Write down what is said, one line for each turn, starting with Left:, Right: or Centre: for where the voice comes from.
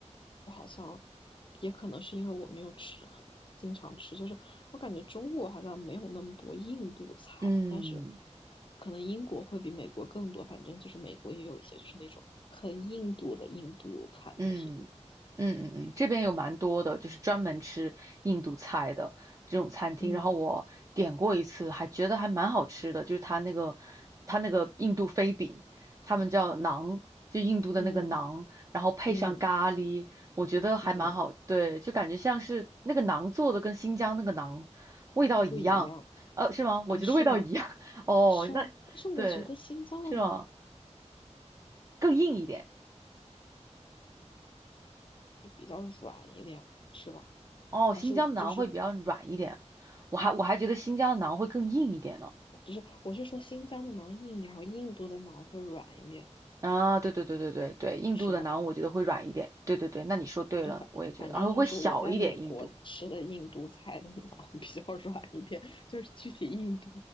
Left: 像也可能是因为我没有吃很经常吃，就是我感觉中国好像没有那么多印度菜，
Right: 嗯
Left: 但是可能英国会比美国更多。反正就是美国也有一些就是那种很印度的印度餐厅，
Right: 嗯。嗯嗯嗯，这边有蛮多的，就是专门吃印度菜的这种餐厅。
Left: 嗯
Right: 然后我点过一次，还觉得还蛮好吃的，就是它那个它那个印度飞饼，他们叫馕，就印度的那个馕，
Left: 嗯
Right: 然后配上咖喱，
Left: 嗯
Right: 我觉得还蛮好。
Left: 嗯，
Right: 对，就感觉像是那个馕做的跟新疆那个馕味道一样，
Left: 不一样。
Right: 呃，是吗？
Left: 哎，
Right: 我觉得味道一样。
Left: 是吗？
Right: <laughs> 哦，
Left: 是吗？
Right: 那对，
Left: 但是我觉得新疆的馕
Right: 是吗？更硬一点。
Left: 比较软一点，是吧？
Right: 哦，
Left: 还是就是
Right: 新疆的馕会比较软一点，我还我还觉得新疆的馕会更硬一点呢。
Left: 不是？我是说新疆的馕硬一点，然后印度的馕会软一点，
Right: 啊，对对对对对对，印度的馕我觉得会软一点。
Left: 是吧？
Right: 对对对，那你说对了，
Left: 就反反正就是我在美国吃的印度菜的脑比较软一点，
Right: 我也觉得，而且会小一点。印度，
Left: 就是具体印度